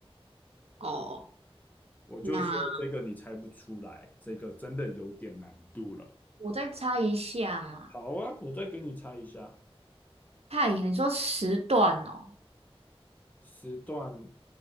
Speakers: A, on the right; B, on the left.
A: 哦，
B: 我就说这个你猜不出来，
A: 那
B: 这个真的有点难度了。
A: 我再猜一下嘛。
B: 好啊，我再给你猜一下。
A: 太阳，你说时段哦，
B: 时段